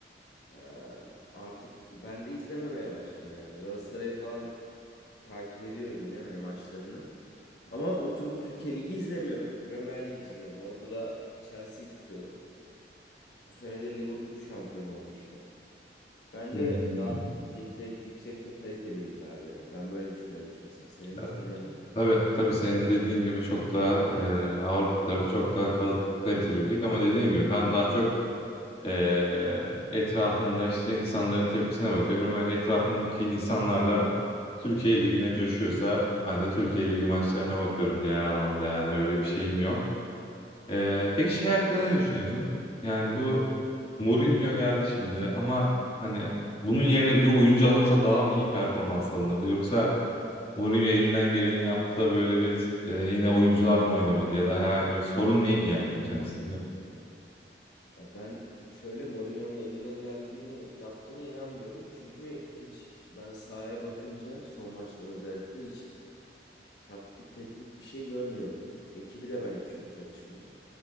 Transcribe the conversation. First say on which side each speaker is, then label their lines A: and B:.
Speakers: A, on the left (about 65°); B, on the left (about 30°).
A: Ee, artık ben de izlememeye başladım yani. Galatasaray'ı falan takip ediyorum yine hani maçlarını. Ama oturup Türkiye Ligi izlemiyorum. Premier Lig izliyorum. Orada da Chelsea'yi tutuyordum. Bu sene de Liverpool şampiyon oldu işte. Bence
B: Hmm.
A: daha seyir zevki yüksek ve kaliteli bir lig abi ya. Ben böyle düşünüyorum şahsen. Senin
B: Ya,
A: düşüncen ne?
B: Tabii, tabii senin dediğin gibi çok daha e, Avrupa tarafı çok daha kal- kaliteli bir lig ama dediğim gibi ben daha çok e, etrafımda işte insanların tepkisine bakıyorum ve etrafımdaki insanlar da Türkiye Ligi'ne coşuyorsa ben de Türkiye Ligi maçlarına bakıyorum genel anlamda yani öyle bir şeyim yok. Ee, peki şey hakkında ne düşünüyorsun? Yani bu Mourinho geldi şimdi ama hani bunun yerine bir oyuncu alınsa daha mı iyi performans alınırdı? Yoksa Mourinho elinden geleni yaptı da böyle biz e, yine oyuncular mı oynamadı ya da herhangi bir sorun neydi yani senin sizce?
A: Ya ben şöyle Mourinho'nun elinden geldiğini yaptığına inanmıyorum. Çünkü hiç ben sahaya bakınca son maçlar özellikle hiç taktik teknik bir şey görmüyorum. Ekibi de bence çok çalışmıyor.